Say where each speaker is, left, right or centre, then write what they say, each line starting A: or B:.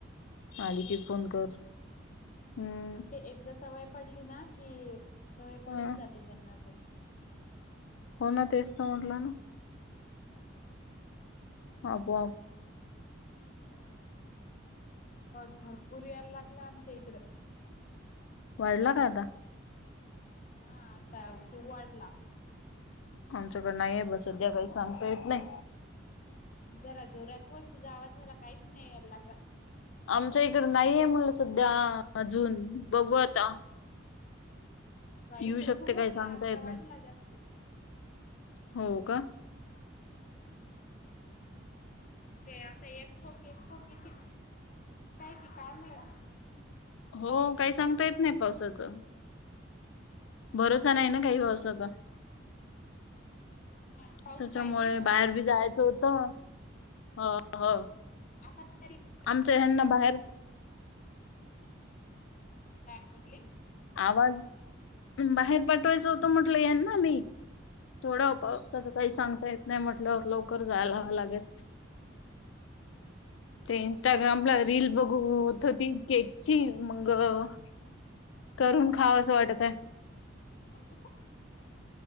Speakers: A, on the left (about 70°); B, on the left (about 40°).
A: आली की फोन कर. हम्.
B: ती एकदा सवय पडली ना की सवय पडून
A: हं.
B: जाते त्यांना पण.
A: हो ना तेच त म्हंटल ना? आपोआप.
B: हो ना? पाऊस भरपूर यायला लागला आमच्या इकडं.
A: वाढला का आता?
B: हा आता खूप वाढला.
A: आमच्याकड नाहीय बघ. सध्या काही सांगता येत नाही.
B: जरा जोरात बोल. तुझा आवाज मला काहीच नाही याय लागला.
A: आमच्या इकड नाहीये म्हणलं सध्या अजून बघू आता.
B: <unintelligible>
A: येऊ शकतय
B: खूप
A: काही
B: वाढला
A: सांगता
B: आत्ता
A: येत
B: वाढला
A: नाही
B: जास्ती. हो
A: हो का?
B: ते असं एक ठोक एक ठोकीती य की काय मिळा
A: हो काही सांगता येत नाही पावसाचं. भरोसा
B: हो
A: नाही ना काही पावसाचा.
B: हो ना? पाऊस
A: त्याच्यामुळे
B: पाहिजे म्हणा
A: बाहेर बी जायचं होतं. ह ह.
B: <unintelligible>
A: आमच्या ह्यांना बाहेर
B: काय म्हणटली?
A: आवाज बाहेर पाठवायचं होतं म्हटलं यांना नाही थोडं प प त्याचं काही सांगता येत नाही म्हटल्यावर लवकर जायला
B: मग
A: लागेल. ते इंन्स्टाग्रामला रील बघू होत होती केकची. मग - करून खाव असं वाटत आहे.
B: तू